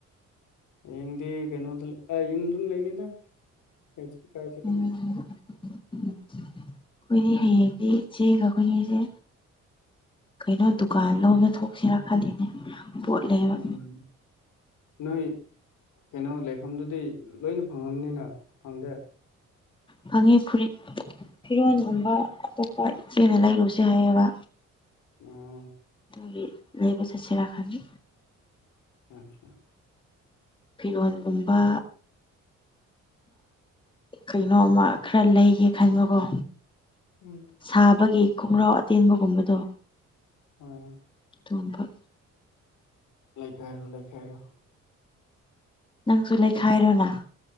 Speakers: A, on the left; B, on the left.
A: ꯍꯌꯦꯡꯗꯤ ꯀꯩꯅꯣꯗ ꯌꯨꯝꯗꯨꯝ ꯂꯩꯅꯤꯗ ꯀꯥꯏ ꯆꯠꯀꯅꯤ
B: ꯎꯝ ꯑꯩꯈꯣꯏꯗꯤ ꯍꯌꯦꯡꯗꯤ ꯏꯆꯦꯒ ꯑꯩꯈꯣꯏꯅꯤꯁꯦ ꯀꯩꯅꯣ ꯗꯨꯀꯥꯟ ꯂꯣ ꯑꯃ ꯊꯣꯛꯁꯤꯔ ꯈꯜꯂꯤꯅꯦ ꯄꯣꯠ ꯂꯩꯕ
A: ꯎꯝ ꯅꯣꯏ ꯀꯩꯅꯣ ꯂꯩꯐꯝꯗꯨꯗꯤ ꯂꯣꯏꯅ ꯐꯪꯉꯝꯅꯤꯅ ꯐꯪꯗꯦ
B: ꯐꯪꯉꯦ ꯐꯨꯔꯤꯠ ꯐꯤꯔꯣꯟꯒꯨꯝꯕ ꯑꯇꯣꯞꯄ ꯏꯆꯦꯅ ꯂꯩꯔꯨꯁꯦ ꯍꯥꯏꯌꯦꯕ
A: ꯎꯝ
B: ꯒꯤ ꯂꯩꯕ ꯆꯠꯁꯦꯔꯥ ꯈꯥꯏꯒꯦ
A: ꯑꯆꯥ
B: ꯐꯤꯔꯣꯜꯒꯨꯝꯕ ꯀꯩꯅꯣꯝꯃ ꯈꯔ ꯂꯩꯒꯦ ꯈꯟꯕꯀꯣ
A: ꯎꯝ
B: ꯁꯥꯕꯒꯤ ꯈꯣꯡꯒ꯭ꯔꯥꯎ ꯑꯇꯦꯟꯕꯒꯨꯝꯕꯗꯣ
A: ꯑꯥ
B: ꯇꯣꯝꯕ
A: ꯂꯩꯈꯥꯏꯔꯣ ꯂꯩꯈꯥꯏꯔꯣ
B: ꯅꯪꯁꯨ ꯂꯩꯈꯥꯏꯔꯣꯅ